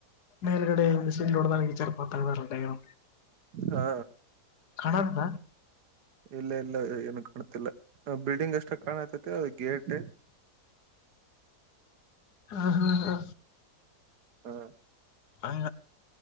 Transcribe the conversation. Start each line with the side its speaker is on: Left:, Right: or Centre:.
Left: ಮೇಲ್ ಕಡೆ ಮಸೋಡ ನಗೆಚಾರರ್ ಪತರಲ್ಲ
Right: ಹಾ
Left: ಕಾಣಂತ
Right: ಇಲ್ಲ ಇಲ್ಲ ಏನು ಕಾಣತಿಲ್ಲ ಬಿಲ್ಡಿಂಗ್ ಅಷ್ಟೇ ಕಾಣತ ತ್ತ ಗೇಟ್
Left: ಹ್ಮ ಹಾ ಹಾ
Right: ಹಾ
Left: ಹ